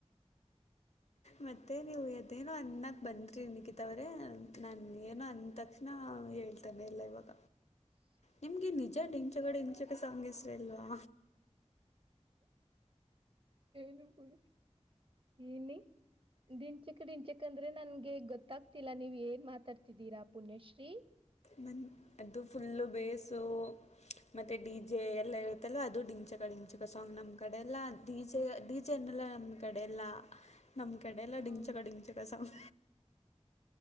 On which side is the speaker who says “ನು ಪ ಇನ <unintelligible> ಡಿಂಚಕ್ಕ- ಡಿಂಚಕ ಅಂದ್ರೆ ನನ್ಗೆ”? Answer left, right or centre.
Right